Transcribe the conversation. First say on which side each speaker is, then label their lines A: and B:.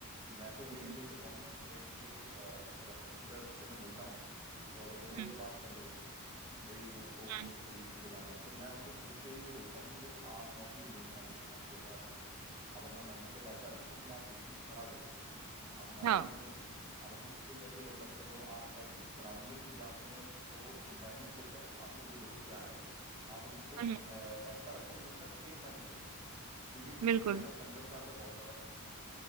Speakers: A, on the right; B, on the right.
A: मैं तो कोशिश
B: हम्म
A: यही करता हूँ कि जितने भी यंगस्टर्स से मैं मिलता हूँ तो अगर वो
B: हम्म
A: ये बात कर रहे होते हैं कि भाई मेरे को
B: हम्म,
A: उस पोजीशन पे जाना है तो मैं उनको खुद से ही ये बोलता हूँ कि भाई आप नौकरी लेने वाले नहीं आप देने वाले बनो आप अपना माइंडसेट ऐसा रखो कि आप बिजनेस खड़ा करो आप नौकरी
B: हाँ
A: मत लो आप अपनी स्किल ऐसी डेवलप करो आप ऐसी सराउंडिंग्स या अपने जो कंपेनियनशिप है आपके जो दोस्त यार हैं आप उनको
B: हम्म,
A: अ, ऐसा रखो जिनका सेम माइंडसेट हो क्योंकि
B: बिल्कुल
A: वही है ना संगत का असर बहुत ज्यादा पड़ेगा